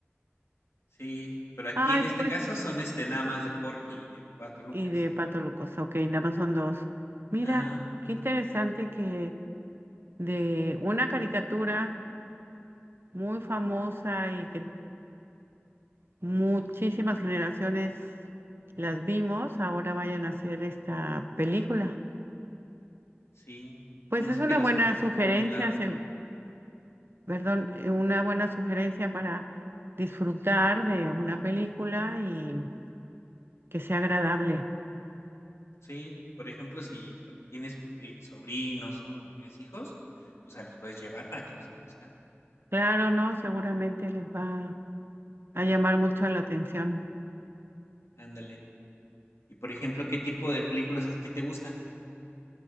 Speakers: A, on the left; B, on the right.
A: Sí, pero aquí
B: Ay,
A: en este
B: pues,
A: caso son, este, nada más de Porky y de Pato Lucas.
B: y de Pato Lucas. Ok, nada más son dos. Mira,
A: Ajá,
B: qué interesante que... de una caricatura muy famosa y que muchísimas generaciones las vimos, ahora vayan a hacer esta película.
A: sí.
B: Pues
A: no
B: es
A: sé
B: una
A: que los
B: buena
A: habían
B: sugerencia,
A: dejado de lado.
B: se- perdón, eh, una buena sugerencia para disfrutar de una película y que sea agradable.
A: Sí, por ejemplo, si p- tienes pri- sobrinos o tienes hijos, pues a los puedes llevar para que los conozcan.
B: Claro, ¿no? Seguramente les va a llamar mucho la atención.
A: Ándale. Y por ejemplo, ¿qué tipo de películas a ti te gustan?